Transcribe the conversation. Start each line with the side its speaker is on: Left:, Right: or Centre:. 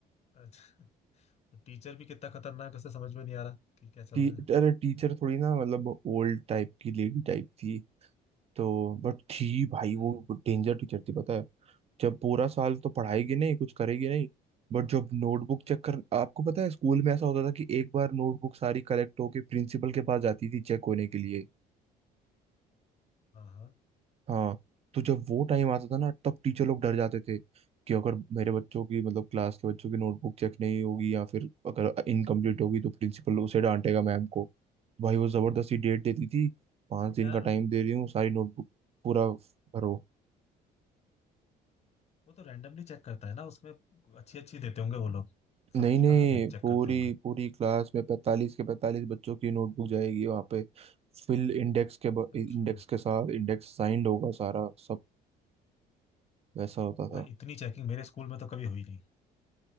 Left: अच्छा टीचर भी कितना खतरनाक है, उसे समझ में नहीं आ रहा कि क्या चल
Right: टी,
Left: रहा है
Right: अरे टीचर थोड़ी ना मतलब ओल्ड टाइप की लेडी टाइप थी तो बट थी भाई
Left: हम्म
Right: वो डेंजर टीचर थी पता है जब पूरा साल तो पढ़ाएगी नहीं कुछ करेगी नहीं बट जब नोटबुक चेक कर आपको पता है स्कूल में ऐसा होता था कि एक बार नोटबुक सारी कलेक्ट होके प्रिंसिपल के पास जाती थी चेक होने के लिए
Left: हाँ हाँ
Right: हाँ तो जब वो टाइम आता था ना तब टीचर लोग डर जाते थे कि अगर मेरे बच्चों की मतलब क्लास के बच्चों की नोटबुक चेक नहीं होगी या फिर अगर इनकम्प्लीट होगी तो प्रिंसिपल उसे डांटेगा मैम को भाई वो जबरदस्ती डेट देती थी पाँच
Left: अरे
Right: दिन
Left: यार
Right: का टाइम दे रही हूँ सारी नोटबुक पूरा
Left: वो,
Right: भरो
Left: वो तो रैंडमली चेक करता है ना उसमें अच्छी अच्छी देते होंगे वो लोग
Right: नहीं
Left: सबकी
Right: नहीं
Left: कहाँ दे चेक
Right: पूरी
Left: करते होंगे
Right: पूरी क्लास में पैंतालीस के पैंतालीस बच्चों की नोटबुक जाएगी वहाँ पे फिल इंडेक्स के
Left: अच्छा
Right: इंडेक्स के साथ इंडेक्स साइंड होगा सारा सब वैसा होता
Left: भाई
Right: था
Left: इतनी चेकिंग मेरे स्कूल में तो कभी हुई नहीं